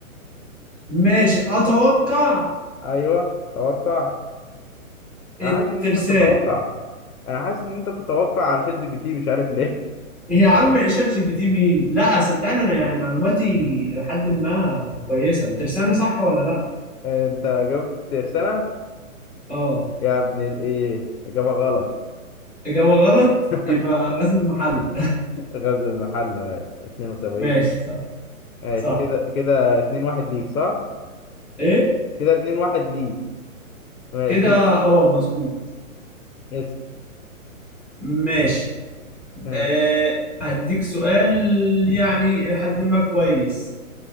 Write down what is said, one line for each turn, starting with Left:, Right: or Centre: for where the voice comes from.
Centre: ماشي أتوقع
Left: ايوه توقع انا
Centre: الترسانة
Left: حاسس ان انت بتتوقع انا حاسس ان انت بتتوقع على شات جي بي تي مش عارف ليه
Centre: إيه يا عم شات جي بي تي مين؟ لا صدقني أنا يعني معلوماتي لحد ما كويسة الترسانة صح ولا لا؟
Left: انت جبت سنة
Centre: اه
Left: يا ابن الايه اجابة غلط
Centre: إجابة غلط
Left: <laughs>
Centre: يبقى غزل المحل
Left: غزل المحلة 72
Centre: <laughs> ماشي صح
Left: ماشي
Centre: صح
Left: كده كده 2 1 ليك صح
Centre: ايه
Left: كده 2 1 ليك ماشي
Centre: كده اه مظبوط
Left: يس
Centre: ماشي
Left: آه،
Centre: أه هديك سؤال يعني لحد ما كويس